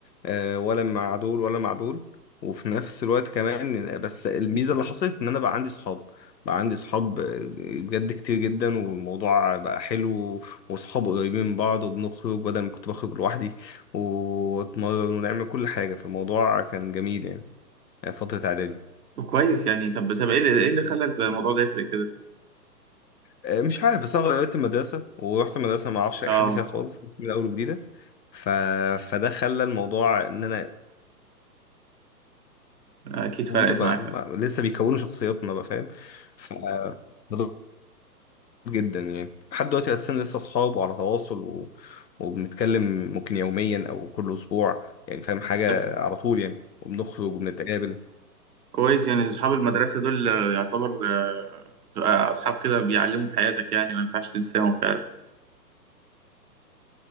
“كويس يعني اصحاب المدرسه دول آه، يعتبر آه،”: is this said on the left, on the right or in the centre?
Right